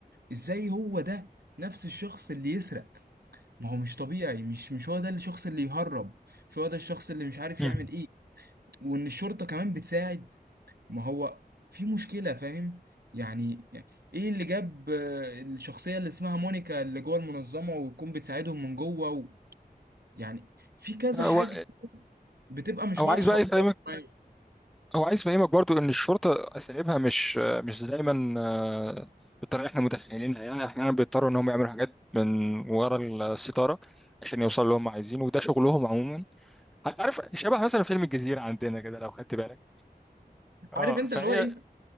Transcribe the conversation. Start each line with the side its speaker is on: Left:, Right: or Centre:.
Right: ازاي هو ده نفس الشخص اللي يسرق ما هو مش طبيعي مش مش هو ده الشخص اللي يهرب مش هو ده الشخص اللي مش عارف
Centre: مم.
Right: يعمل ايه وان الشرطه كمان بتساعد ما هو في مشكلة فاهم يعني يعني ايه اللي جاب آه، الشخصية اللي اسمها مونيكا اللي جوه المنظمة وتكون بتساعدهم من جوه و... يعني في كذا
Centre: هو
Right: حاجة بتبقى مش
Centre: هو
Right: واضحة
Centre: عايز بقى
Right: قدام
Centre: يفهمك
Right: العين.
Centre: هو عايز يفهمك برضو ان الشرطه اساليبها مش مش دايما آه، بالطريقه اللي احنا متخيلينها يعني احيانا بيضطروا ان هم يعملوا حاجات من ورا الستاره عشان يوصلوا اللي هم عايزينه وده شغلهم عموما هتعرف شبه مثلا فيلم الجزيره عندنا كده لو خدت بالك
Right: عارف
Centre: اه
Right: انت
Centre: فهي
Right: اللي هو ايه